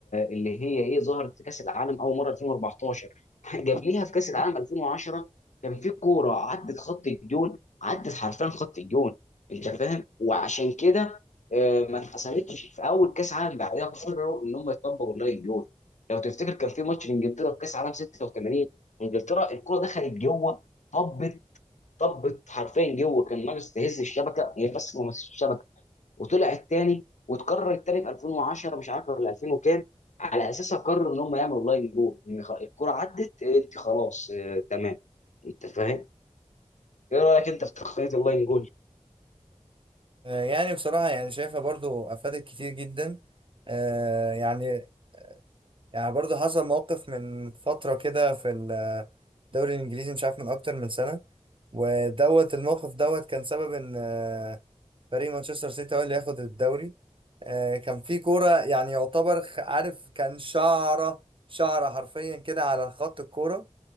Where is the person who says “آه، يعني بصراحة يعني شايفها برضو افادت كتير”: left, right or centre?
Right